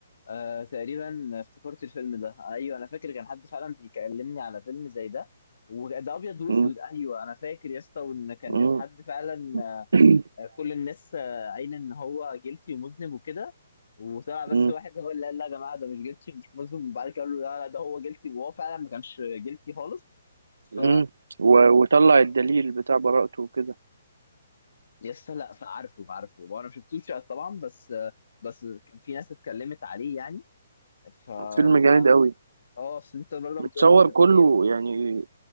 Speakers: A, on the left; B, on the right.
A: آه تقريبا افتكرت الفيلم ده ايوه انا فاكر كان حد فعلا بيكلمني على فيلم زي ده وده ابيض واسود
B: مم.
A: ايوه انا فاكر يا اسطى وان كان
B: مم.
A: حد فعلا
B: <clears throat>
A: آه، كل الناس آه، قايله ان هو جيلتي ومذنب وكده وطلع بس
B: مم.
A: واحد هو اللي قال لا يا جماعه ده مش جيلتي مش مذنب وبعد كده قالوا لا لا ده هو جيلتي وهو فعلا ما كانش جيلتي خالص
B: مم.
A: ف
B: و- وطلع
A: هو
B: الدليل بتاع براءته وكده
A: يس لا فعارفه عارفه وانا ما شفتوش طبعا بس آه، بس كان في ناس اتكلمت عليه يعني فلا
B: فيلم جامد
A: لا
B: قوي
A: اه اصل انت برضه
B: متصور
A: بتقول لي
B: كله
A: تقييمه
B: يعني